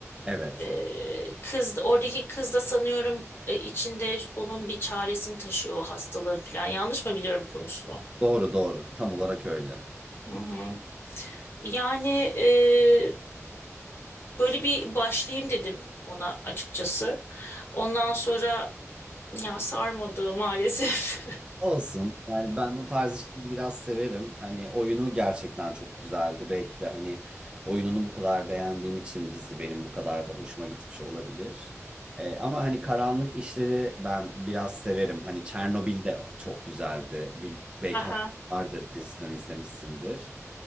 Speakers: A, on the right (about 20°); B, on the left (about 50°).
A: Evet.
B: Ee, kız oradaki kız da sanıyorum e, içinde onun bir çaresini taşıyor o hastalığın falan. Yanlış mı biliyorum konusunu?
A: Doğru doğru. Tam olarak öyle.
B: Hı hı. Yani e, böyle bir başlayayım dedim ona açıkçası. Ondan sonra ya sarmadı maalesef.
A: Olsun. Yani ben o tarz işleri biraz severim. Hani oyunu gerçekten çok güzeldi. Belki de hani oyununu bu kadar beğendiğim için dizi benim bu kadar da hoşuma gitmiş olabilir. Ee, ama hani karanlık işleri ben biraz severim. Hani Çernobil de çok güzeldi. Bil- belki
B: <laughs> Aha.
A: haberin vardır diziden izlemişsindir.